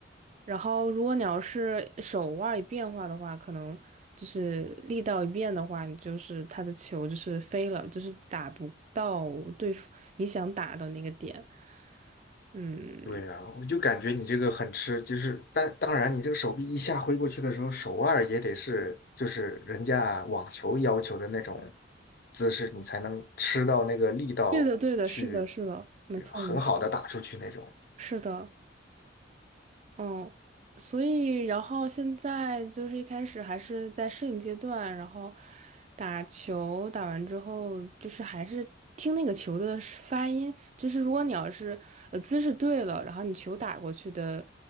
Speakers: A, on the right; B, on the left.
A: 然后，如果你要是手腕儿一变化的话，可能就是力道一变的话，你就是他的球就是飞了，就是打不到对付你想打的那个点。嗯，
B: 对呀，我就感觉你这个很吃，就是但当然，你这个手臂一下挥过去的时候，手腕也得是就是人家网球要求的那种姿势，你才能吃到那个力道去
A: 对的，对的，是的，是的，没错，
B: 很好的打出去那种，
A: 没错，是的。嗯，所以然后现在就是一开始还是在适应阶段，然后打球打完之后，就是还是听那个球的是发音，就是如果你要是呃姿势对了，然后你球打过去的，